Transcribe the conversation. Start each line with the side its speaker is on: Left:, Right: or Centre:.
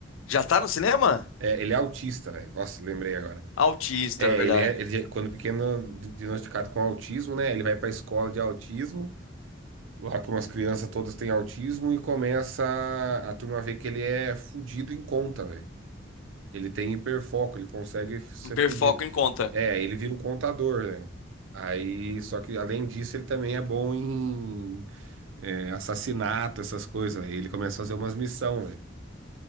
Left: Já tá no cinema?
Right: É, ele é autista, velho. Nossa, lembrei agora.
Left: Autista,
Right: É,
Left: é verdade.
Right: ele é, ele, é- quando pequeno, di- diagnosticado com autismo, né? Ele vai para a escola de autismo, lá que umas crianças todas têm autismo, e começa a, a turma ver que ele é fudido em conta, velho. Ele tem hiperfoco, ele consegue f- ser
Left: Um hiperfoco
Right: fudido.
Left: em conta.
Right: É, ele vira o contador, né? Aí, só que além disso, ele também é bom em é, assassinato, essas coisas, velho. Ele começa a fazer umas missões, velho.